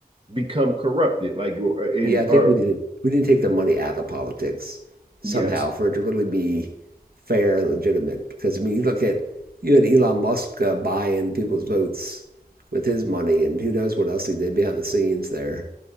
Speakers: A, on the right; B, on the right.
A: become corrupted. Like in
B: Yeah, I think
A: or
B: we need to we need to take the money out of politics somehow
A: yes.
B: for it to really be fair and legitimate. Because I mean, you look at you had Elon Musk uh, buying people's votes with his money, and who knows what else he did behind the scenes there.